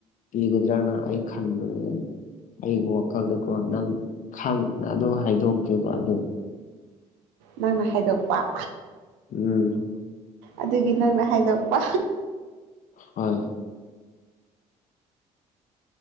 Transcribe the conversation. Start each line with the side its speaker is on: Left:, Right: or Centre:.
Left: ꯄꯤꯒꯗꯔꯥꯅ ꯑꯩ ꯈꯥꯟꯕꯅꯦ ꯑꯩꯒꯤ ꯋꯥꯈꯜꯗꯀꯣ ꯅꯪ ꯈꯪꯅ ꯑꯗꯨꯝ ꯍꯥꯏꯗꯣꯛꯀꯦꯕ ꯑꯗꯣ
Right: ꯅꯪꯅ ꯍꯥꯏꯗꯣꯛꯄ꯫
Left: ꯎꯝ꯫
Right: ꯑꯗꯨꯒꯤ ꯅꯪꯅ ꯍꯥꯏꯗꯣꯛꯄ꯫
Left: ꯍꯣꯏ꯫